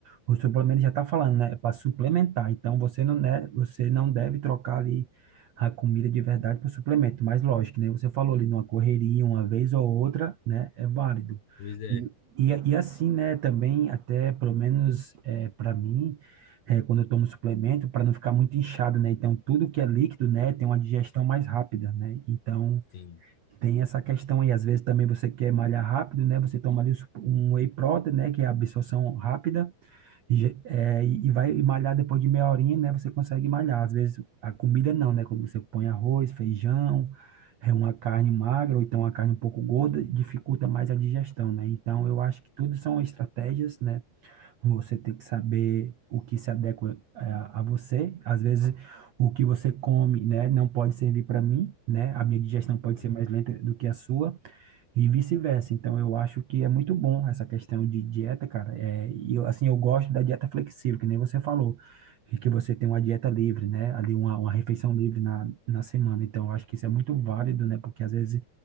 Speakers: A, on the right (about 70°); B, on the left (about 85°).
A: o suplemento já está falando, né, para suplementar. Então você não, né, você não deve trocar ali a comida de verdade por suplemento. Mas lógico, né? Você falou ali numa correria, uma vez ou outra, né, é válido.
B: Pois é,
A: E, e, e assim, né, também até pelo menos é, para mim é, quando eu tomo suplemento, para não ficar muito inchado, né? Então, tudo que é líquido, né, tem uma digestão mais rápida, né? Então,
B: sim.
A: tem essa questão aí. Às vezes também você quer malhar rápido, né? Você toma ali o sup- um whey protein, né, que é a absorção rápida, e, ge- é, e e vai malhar depois de meia horinha, né? Você consegue malhar. Às vezes a comida não, né? Quando você põe arroz, feijão, é uma carne magra ou então uma carne um pouco gorda, dificulta mais a digestão, né? Então, eu acho que tudo são estratégias, né? Você tem que saber o que se adequa eh, a, você. Às vezes, o que você come, né, não pode servir para mim, né? A minha digestão pode
B: Sim,
A: ser mais lenta do que a sua e vice-versa. Então, eu acho que é muito bom essa questão de dieta, cara. É, e eu, assim, eu gosto da dieta flexível, que nem você falou, e que você tem uma dieta livre, né? Ali, uma, uma refeição livre na, na semana. Então, eu acho que isso é muito válido, né? Porque às vezes